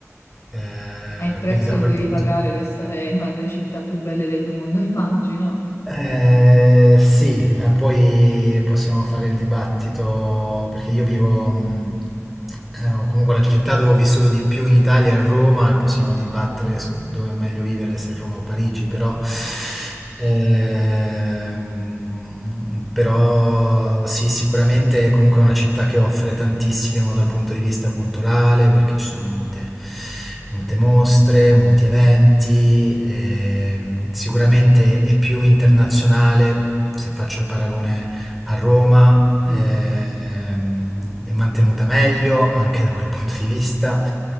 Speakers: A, in the centre; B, on the left.
A: eh,
B: È il prezzo
A: quindi da
B: che
A: quel
B: devi
A: punto.
B: pagare per stare in una delle città più belle del mondo, <laughs> immagino.
A: Eh, sì, eh, poi possiamo fare il dibattito perché io vivo, mh, eh, o comunque la città dove ho vissuto di più in Italia è Roma e possiamo dibattere su dove è meglio vivere, se Roma o Parigi, però, ehm, però sì, sicuramente comunque è una città che offre tantissimo dal punto di vista culturale perché ci sono molte, molte mostre, molti eventi. eh, ehm, sicuramente è più internazionale, se faccio il paragone a Roma
B: Mm.
A: ehm, è mantenuta meglio anche da quel punto di vista,